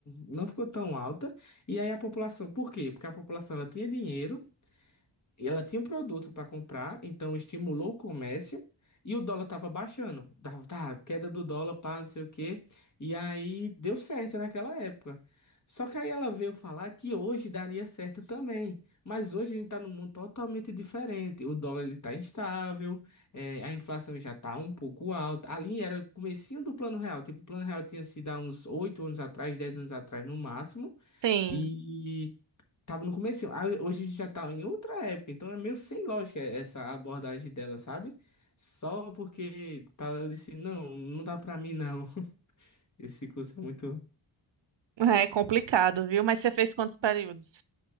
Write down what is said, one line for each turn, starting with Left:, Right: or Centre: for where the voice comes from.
Left: não ficou tão alta, e aí a população, por quê? Porque a população ela tinha dinheiro, ela tinha um produto para comprar, então estimulou o comércio e o dólar estava baixando. Dava, tá, queda do dólar, pá, não sei o quê. E aí deu certo naquela época. Só que aí ela veio falar que hoje daria certo também. Mas hoje a gente está num mundo totalmente diferente. O dólar ele está instável, eh, a inflação já está um pouco alta. Ali era o comecinho do Plano Real. Tipo, o Plano Real tinha sido há uns 8 anos atrás, 10 anos atrás no máximo.
Right: Sim.
Left: E Tava no começo. Hoje a gente já tá em outra época, então é meio sem lógica essa abordagem dela, sabe? Só porque tá, eu disse, não, não dá pra mim não. <laughs> Esse curso é muito.
Right: É, é complicado, viu? Mas você fez quantos períodos?